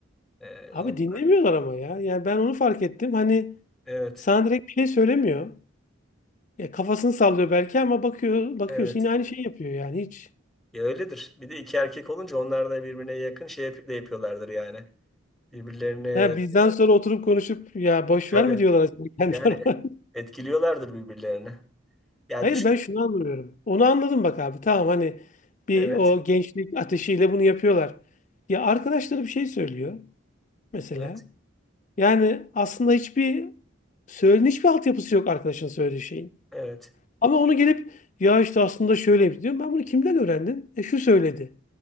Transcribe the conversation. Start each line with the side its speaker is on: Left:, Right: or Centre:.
Centre: Ee,
Left: Abi
Centre: on-
Left: dinlemiyorlar ama ya. Yani ben onu fark ettim. Hani
Centre: evet,
Left: sana direkt bir şey söylemiyor. Ya kafasını sallıyor belki ama bakıyor bakıyorsun
Centre: evet.
Left: yine aynı şeyi yapıyor yani hiç.
Centre: Ya öyledir. Bir de iki erkek olunca onlar da birbirine yakın şey yap- de yapıyorlardır yani. Birbirlerini
Left: Ha, bizden sonra oturup konuşup ya boş
Centre: tabii
Left: ver mi diyorlar acaba <laughs> kendi
Centre: yani
Left: aralarında?
Centre: etkiliyorlardır birbirlerini. Yani
Left: Hayır
Centre: düşün.
Left: ben şunu anlamıyorum. Onu anladım bak abi. Tamam hani bir
Centre: Evet,
Left: o gençlik ateşiyle bunu yapıyorlar. Ya arkadaşları bir şey söylüyor mesela.
Centre: evet,
Left: Yani aslında hiçbir söylen hiçbir altyapısı yok arkadaşın söylediği şeyin.
Centre: evet,
Left: Ama onu gelip ya işte aslında şöyle diyorum. Ben bunu kimden öğrendin? E şu söyledi.